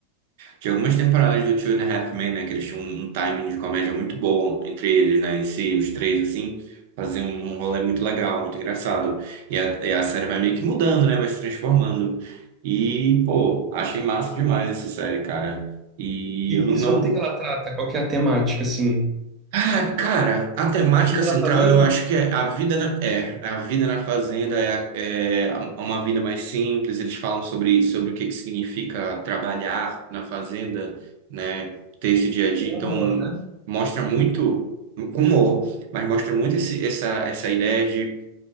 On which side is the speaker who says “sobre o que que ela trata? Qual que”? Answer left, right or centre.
Right